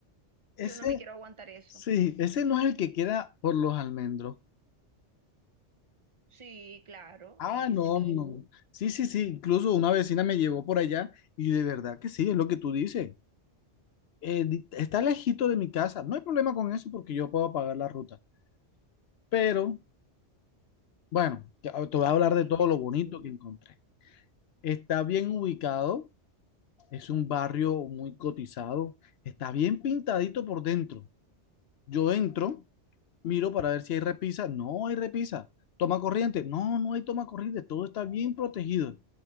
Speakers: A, on the left (about 65°); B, on the right (about 30°).
A: Ese
B: yo no me quiero aguantar eso.
A: Sí, ese no es el que queda por los almendros.
B: Sí, claro,
A: Ah,
B: ese
A: no,
B: mismo.
A: no. Sí, sí, sí. Incluso una vecina me llevó por allá y de verdad que sí, es lo que tú dices. Eh, di- está lejito de mi casa. No hay problema con eso porque yo puedo pagar la ruta. Pero, bueno, te te
B: Ay,
A: voy a hablar de todo
B: Dios
A: lo bonito
B: mío.
A: que encontré. Está bien ubicado, es un barrio muy cotizado, está bien pintadito por dentro. Yo entro. Miro para ver si hay repisa. No hay repisa. Toma corriente. No, no hay toma corriente. Todo está bien protegido.